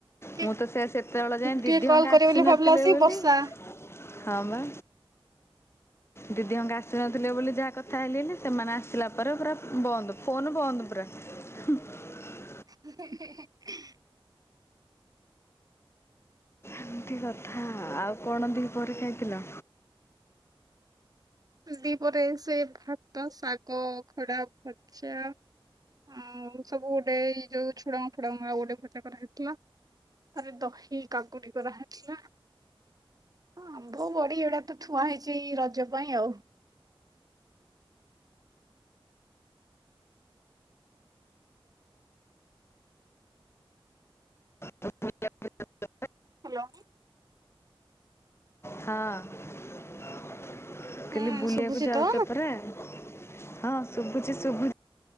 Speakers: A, on the right; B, on the left.
A: କି
B: ମୁଁ ତ ସେୟା ସେତେବେଳେ ଯାଏ।
A: ଟିକେ
B: ଦିଦି
A: କଲ୍
B: ହଙ୍କା
A: କରିବେ
B: ଆସିନଥିଲେ,
A: ବୋଲି ଭାବିଲା ଆସିକି
B: ବୋଲି
A: ବର୍ଷା
B: ହଁ ବା। ଦିଦି ହଙ୍କା ଆସନଥିଲେ, ବୋଲି ଯାହା କଥା ହେଲିନି। ସେମାନେ ଆସିଲା ପରେ ପୁରା ବନ୍ଦ, ଫୋନ୍ ବନ୍ଦ ପୁରା। <inaudible>
A: <inaudible>
B: ଏମତି କଥା, ଆଉ କଣ ଦି ପହରେ ଖାଇଥିଲ?
A: ଦିପହରେ ସେ ଭାତ, ଶାଗ, ଖଡା ଭଜା। ଆଉ ସବୁ ଗୋଟେ ଏଇ ଯୋଉ ଝୁଡଙ୍ଗ, ଫୁଡଙ୍ଗ ଆଉ ଗୋଟେ ଭଜା କରାହେଇଥିଲା। ତାରେ ଦହି, କାକୁଡି କରାହେଇଥିଲା, ଆମ୍ୱ, ବଡି ଏଇଡା ତ ଥୁଆ ହେଇଛି, ଏଇ ରଜ ପାଇଁ ଆଉ।
B: <unintelligible>
A: ହାଲୋ,
B: ହଁ <inaudible> କାଲି
A: ହୁଁ
B: ବୁଲିବାକୁ
A: ଶୁଭୁଛି
B: ଯାଉଛ,
A: ତ?
B: ପରା ହଁ, ସୁ ସୁଭୁଛି, ସୁଭୁ